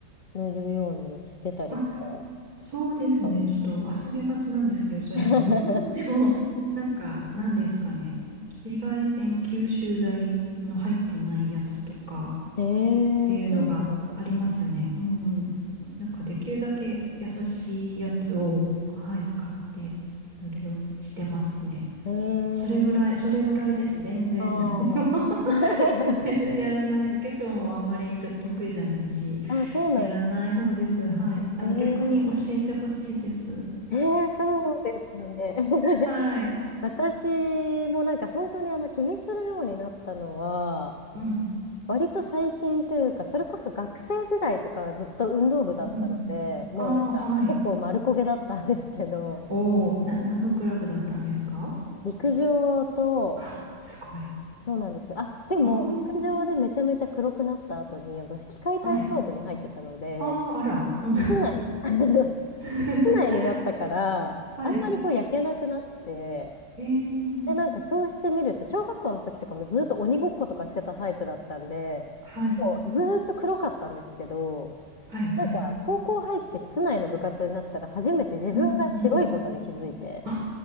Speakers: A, on the left (about 30°); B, on the right (about 65°).
A: 塗るようにしてたりとか、
B: あ、そうですね。
A: 使う。
B: ちょっと忘れがちなんですけど、それも
A: <laughs>
B: <laughs> でも、なんか、なんですかね。紫外線吸収剤の入ってないやつとか
A: ええーそうなるんだ。
B: っていうのがありますよね。うんうん。なんか、できるだけ優しいやつを、はい、買って塗るようにしてますね。
A: ええー
B: それぐらい、それぐらいです。全然、
A: ああ。
B: 何も <laughs>
A: <laughs>
B: やってやらない。お化粧もあんまりじょ得意じゃないし。
A: あ、そうなんだ。
B: やらない方です。はい。あの、
A: ええ
B: 逆に教えてほしいです。
A: ええそうですよね。<laughs>
B: はい。
A: 私もなんか本当にあの気にするようになったのは、
B: うん。
A: 割と最近というか、それこそ学生時代とかはずっと運動部だったので、
B: うん。
A: もうなんか結構丸焦げだったんですけど、
B: ああ、はい。おお、な、何のクラブだったんですか
A: 陸上と、
B: あ、すごい。
A: そうなんですよ。あ、でも陸上でめちゃめちゃ黒くなった後に、
B: うーん。
A: 私、器械体操部に入ってたので、
B: はい。ああ、あら。うん
A: 室内、<laughs> 室内になったから、
B: <laughs> はい。
A: あんまりこう焼けなくなって、
B: えー、
A: で、なんかそうしてみると、小学校の時とかもずっと鬼ごっことかしてたタイプだったんで、
B: はい。
A: もうずーっと黒かったんですけど、
B: はい、はい。
A: なんか、高校入って室内の部活になったら、初めて自分が白いことに気づいて、
B: うん、うん。あ、